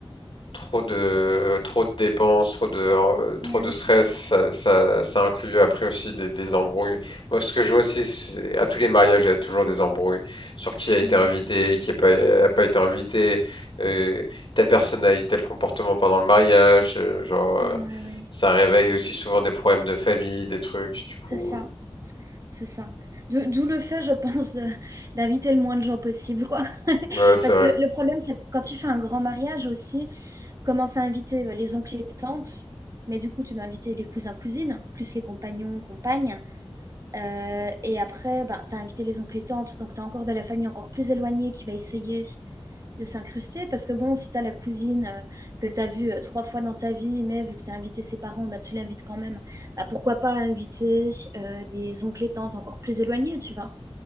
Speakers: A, on the left (about 55°); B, on the right (about 35°).
A: trop de trop de dépenses, trop de euh, trop
B: mais
A: de
B: oui,
A: stress,
B: c'est ça,
A: ça, ça, ça inclut après aussi des, des embrouilles. Moi, ce que je vois aussi, c'est- à tous les mariages, il y a toujours des embrouilles sur qui a été
B: mais
A: invité,
B: oui,
A: qui n'a pas, a pas été invité, euh, telle personne a eu tel comportement pendant le mariage, euh, genre
B: ouais,
A: euh,
B: ouais,
A: ça réveille aussi souvent des problèmes de famille, des trucs. Du coup,
B: c'est ça, c'est ça. D'où d'où le fait, je pense, de d'inviter le moins de gens possible, quoi. <laughs>
A: ouais, c'est
B: Parce
A: vrai.
B: que le le problème, c'est que quand tu fais un grand mariage aussi, commence à inviter, heu, les oncles et tantes, mais du coup, tu dois inviter les cousins-cousines, plus les compagnons, compagnes. Euh, et après, bah, t'as invité les oncles et tantes, donc t'as encore de la famille encore plus éloignée qui va essayer de s'incruster. Parce que bon, si t'as la cousine euh, que t'as vue euh, trois fois dans ta vie, mais vu que t'as invité ses parents, bah, tu l'invites quand même. Bah, pourquoi pas inviter euh, des oncles et tantes encore plus éloignés, tu vois?